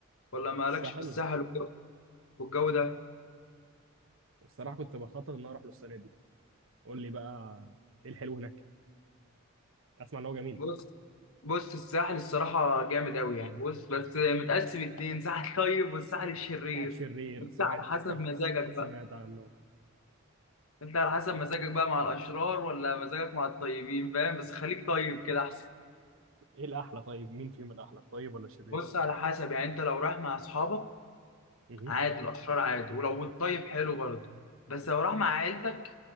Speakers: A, on the left (about 80°); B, on the right (about 65°).
A: ولا مالكش
B: الساحل
A: في الساحل والجو والجو ده
B: الصراحه كنت بخطط ان أنا اروح له السنه دي قول لي بقى ايه الحلو هناك اسمع ان هو جميل
A: بص بص الساحل الصراحة جامد قوي يعني بص بس متقسم اتنين ساحل طيب والساحل الشرير
B: بتاع الشرير
A: انت
B: سمعت
A: على حسب
B: <laughs>
A: مزاجك
B: سمعت
A: بقى
B: عنه
A: انت على حسب مزاجك بقى مع الاشرار ولا مزاجك مع الطيبين فاهم بس خليك طيب كده احسن
B: ايه الاحلى طيب مين فيهم الاحلى طيب ولا الشرير
A: بص على حسب يعني انت لو رايح مع اصحابك
B: مهم.
A: عادي الاشرار عادي ولو الطيب حلو برضه بس لو رايح مع عيلتك